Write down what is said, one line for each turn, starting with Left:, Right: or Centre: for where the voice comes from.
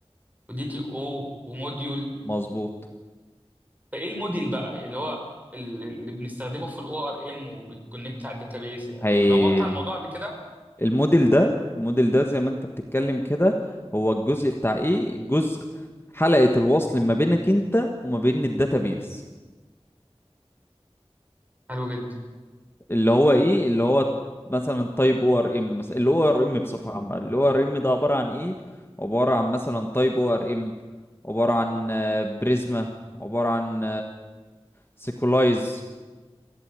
Right: ودي تي او وموديول
Left: مظبوط
Right: فايه الموديل بقى اللي هو ال- اللي بنستخدمه في الاو ار ام وبتكونكت على الداتابيز
Left: هايل
Right: دورت على الموضوع قبل كده
Left: الموديل ده الموديل ده زي ما انت بتتكلم كده هو الجزء بتاع ايه جزء حلقة الوصل ما بينك انت وما بين الداتابيز
Right: حلو جدا
Left: اللي هو ايه اللي هو مثلا تايب او ار ام مثلا اللي هو ار ام بصفة عامة اللي هو ار ام ده عبارة عن ايه عبارة عن مثلا تايب او ار ام عبارة عن آه، بريزما عبارة عن سيكولايز